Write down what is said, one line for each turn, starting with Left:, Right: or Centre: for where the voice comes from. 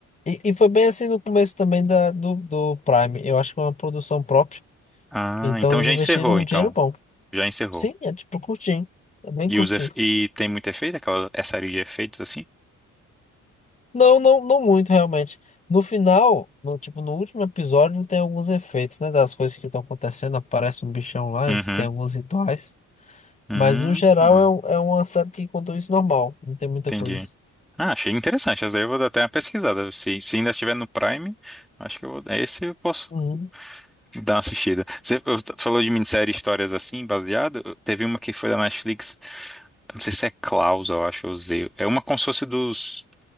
Left: E, e foi bem assim no começo também da, do, do Prime. Eu acho que é uma produção própria.
Centre: Ah,
Left: Então
Centre: então
Left: eles
Centre: já
Left: investiram
Centre: encerrou, então.
Left: um dinheiro bom.
Centre: Já encerrou.
Left: Sim, é tipo curtinho. É bem
Centre: E,
Left: curtinho.
Centre: os efe- e tem muito efeito, aquela é série de efeitos, assim?
Left: Não, não, não muito, realmente. No final, no tipo, no último episódio, tem alguns efeitos, né? Das coisas que estão acontecendo, aparece um bichão lá,
Centre: Uhum.
Left: eles têm alguns rituais.
Centre: Hum,
Left: Mas no geral
Centre: hum,
Left: é, um- é uma série que contou isso normal. Não tem muita
Centre: entendi.
Left: coisa.
Centre: Ah, achei interessante. Essa daí eu vou dar até uma pesquisada. Se, se ainda estiver no Prime, acho que eu vou. Esse eu posso
Left: Uhum,
Centre: dar uma assistida. Você eu- falou de minissérie histórias assim, baseado. Teve uma que foi da Netflix. Não sei se é Klaus, eu acho, ou Zeus. É uma como se fosse dos